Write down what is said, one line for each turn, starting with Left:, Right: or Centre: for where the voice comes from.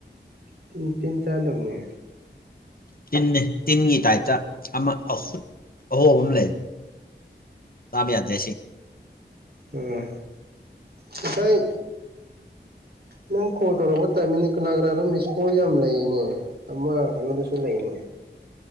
Right: ꯇꯤꯟ ꯇꯤꯟ ꯆꯥꯗꯕꯅꯦ
Left: ꯇꯤꯟꯅꯦ ꯇꯤꯟꯒꯤ ꯇꯥꯏꯞꯇ ꯑꯃ ꯑꯍꯨꯠ ꯑꯍꯣꯕ ꯑꯝ ꯂꯩ ꯆꯥꯕ ꯌꯥꯗ꯭ꯔꯦ ꯁꯤ
Right: ꯎꯝ ꯉꯁꯥꯏ ꯅꯪ ꯀꯣꯜ ꯇꯧꯔꯛꯄ ꯇꯥꯏꯃꯤꯅꯤ ꯀꯅꯥꯥ ꯀꯅꯥꯅꯣ ꯃꯤꯁꯀꯣꯜ ꯌꯥꯝ ꯂꯩꯅꯦ ꯑꯃ ꯀꯩꯅꯣꯗꯨꯁꯨ ꯂꯩꯅꯦ